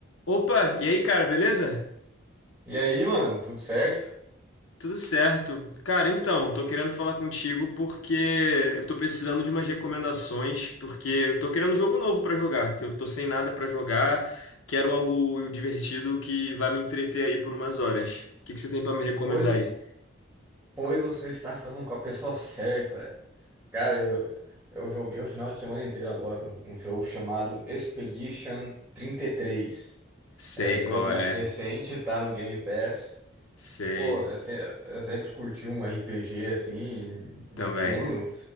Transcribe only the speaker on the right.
E aí, mano, tudo certo?
Pois,
pois você está falando com a pessoa certa. Cara, eu, eu joguei o final de semana inteiro agora um, um jogo chamado Expedition 33.
É jogo
le-
recente, tá no Game Pass.
Pô, eu, se- eu sempre curti um RPG assim, de
turno.